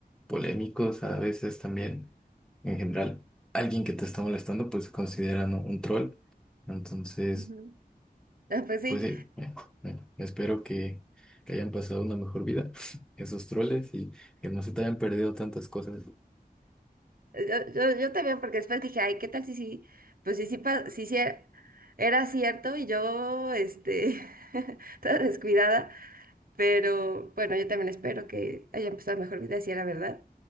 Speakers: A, in the centre; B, on the right.
A: polémicos, a veces también en general. Alguien que te está molestando pues se considera ¿no? un troll. Entonces...
B: Ujú. Ah, Pues sí,
A: Pues sí, bueno, bueno, espero que, que hayan pasado una mejor vida <laughs> esos troles y que no se te hayan perdido tantas cosas.
B: Eh, Yo, yo, yo también, porque después dije, ay, ¿qué tal si sí? Pues si sí, pa- si sí era era cierto y yo, este, <laughs> toda descuidada, pero bueno, yo también espero que haya empezado mejor vida si era verdad.